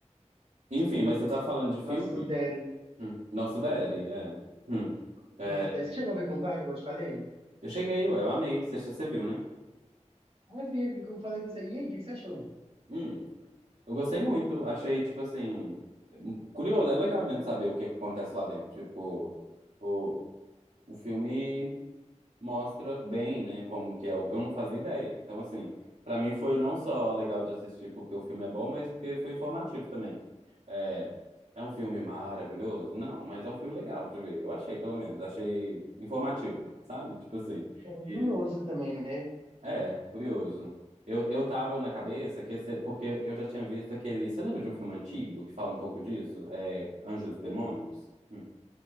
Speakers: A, on the right (about 80°); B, on the right (about 50°).
A: Enfim, mas você tá falando de filme?
B: Nosso Derry.
A: Hum. Nosso Daddy, é. Hum. É,
B: Nosso Derry. Você chegou a ver Conclave, igual eu te falei?
A: Eu cheguei, ué, eu amei. Você, você viu, né?
B: Ah, eu vi, vi, que eu falei com você. E aí, o que que você achou?
A: Hum. Eu gostei muito. Achei, tipo assim. Curioso, é legal, né? De saber o que que acontece lá dentro. Tipo, o, o filme. mostra bem, né, como que é. o- Eu não fazia ideia. Então, assim, pra mim foi não só legal de assistir porque o filme é bom, mas porque foi informativo também. É, é um filme
B: Hum.
A: maravilhoso? Não, mas é um filme legal de ver. Eu achei, pelo menos. Achei informativo, sabe? Tipo assim.
B: Era
A: E,
B: curioso também, né?
A: é, curioso. Eu, eu tava na cabeça que ia ser- porque eu já tinha visto aquele. Você lembra de um filme antigo que fala um pouco disso? É, Anjos e Demônios? Hum.